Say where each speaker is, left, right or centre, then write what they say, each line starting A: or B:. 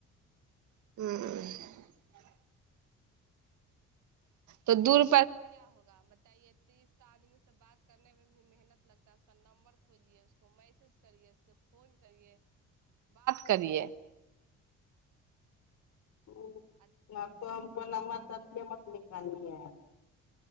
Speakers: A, on the right; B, on the left.
A: ह। <unintelligible> करीए
B: हूँ नहि तऽ हम अपन नमथियमत निकाली य <inaudible>